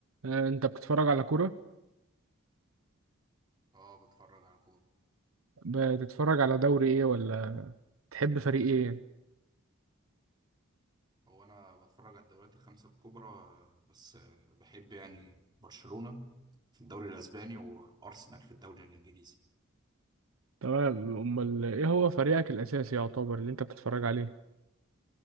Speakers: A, on the right (about 75°); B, on the right (about 20°).
A: آه، انت بتتفرج على كورة
B: اه بتفرج على كورة
A: بتتفرج على دوري ايه ولا تحب فريق ايه
B: هو انا بتفرج على الدوريات الخمسة الكبرى آه، بس آه، بحب يعني برشلونة في الدوري الاسباني وارسنال في الدوري الانجليزي
A: تمام امال ايه هو فريقك الاساسي يعتبر اللي انت بتتفرج عليه